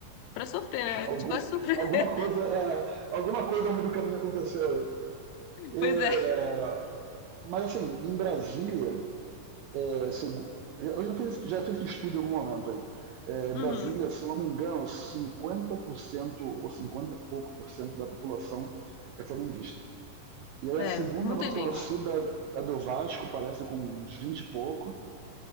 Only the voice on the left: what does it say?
pra sofrer, né? A
gente vai sofrer.
<laughs>
Pois é.
Uhum.
É,
muita
gente